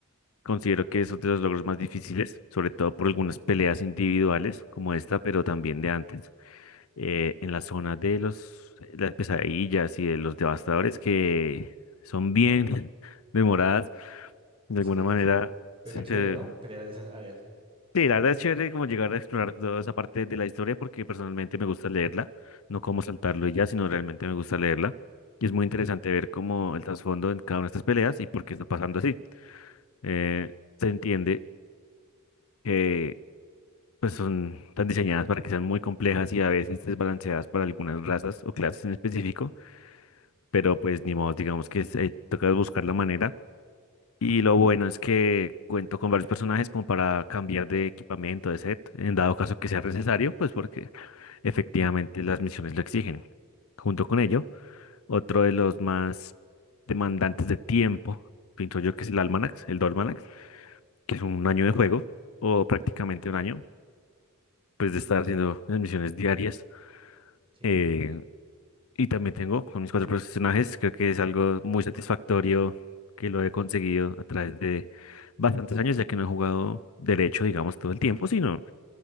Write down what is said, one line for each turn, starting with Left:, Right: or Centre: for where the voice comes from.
Left: considero que es otro de los logros más difíciles, sobre todo por algunas peleas individuales como esta, pero también de antes. eh, en la zona de los, eh, las pesadillas y de los devastadores que son bien
Right: Wow.
Left: <laughs> memoradas. De
Right: Sí,
Left: alguna manera,
Right: sí, sí. Pero
Left: se-
Right: qué chévere, ¿no? Pelear en esas áreas.
Left: sí, la verdad es chévere como llegar a explorar toda esa parte de la historia porque personalmente me gusta leerla, no como saltarlo y ya, sino realmente me gusta leerla. Y es muy interesante ver cómo el trasfondo en cada una de estas peleas y por qué está pasando así. Eh, se entiende que pues son tan diseñadas para que sean muy complejas y a veces desbalanceadas para algunas razas o clases en específico pero pues ni modo, digamos que es- eh, toca buscar la manera. Y lo bueno es que cuento con varios personajes como para cambiar de equipamiento, de set, en dado caso que sea necesario, pues porque efectivamente las misiones lo exigen. Junto con ello, otro de los más demandantes de tiempo, pienso yo que es el Almanac, el Dolmanax, que es un año de juego, o prácticamente un año, pues de estar haciendo las misiones diarias.
Right: Sí.
Left: eh, Y también tengo con mis cuatro personajes, creo que es algo muy satisfactorio que lo he conseguido a través de bastantes años, ya que no he jugado derecho, digamos, todo el tiempo, sino